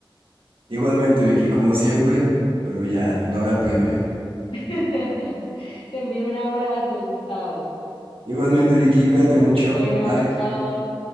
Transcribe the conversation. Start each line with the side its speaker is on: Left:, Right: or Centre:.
Right: Igualmente, Vicky, como siempre, pero ya, la hora premia.
Left: <laughs> Te envío un abrazo, Gustavo.
Right: Igualmente, Vicky, cuídate mucho.
Left: Bueno,
Right: Bye.
Left: chao.